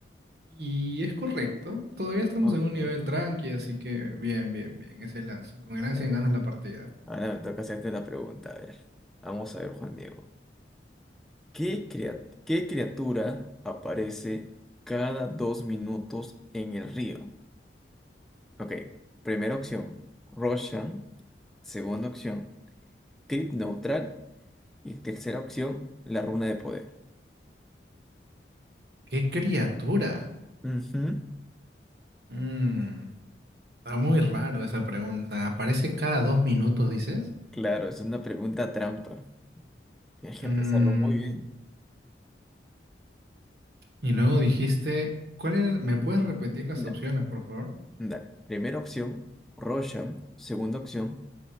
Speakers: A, on the right (about 60°); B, in the centre.
A: Y es correcto. Todavía estamos
B: Uy,
A: en un nivel tranqui, así que bien, bien, bien. Es el Ancient. Con el Ancient
B: la verdad.
A: ganas la partida.
B: Ahora me toca hacerte la pregunta. A ver. Vamos a ver, Juan Diego. ¿Qué cria- qué criatura aparece cada dos minutos en el río? Ok, primera opción, Roshan. Segunda opción, Crit Neutral. Y tercera opción, la runa de poder.
A: ¡Qué criatura!
B: Ujú.
A: Mm. Está muy raro esa pregunta. Aparece cada dos minutos, dices.
B: Claro, es una pregunta trampa. Tienes que
A: Mm,
B: pensarlo muy bien.
A: y luego dijiste, ¿cuál era? ¿Me puedes repetir las
B: Ya.
A: opciones, por favor?
B: Dale. Primera opción, Roshan. Segunda opción,